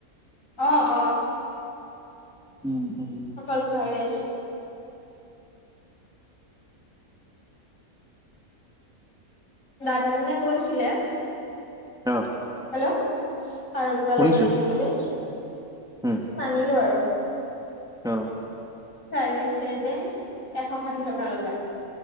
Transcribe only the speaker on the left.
অ অ
অকল ফাইদেছ। দাদাজনে কৈছিলে
হেল্ল'। আৰু কিবা
লাগে নেকি বুলি
নানিলো আৰু।
ফ্ৰাইড ৰাইচ খিনতে এশ ষাঠি টকা ললে।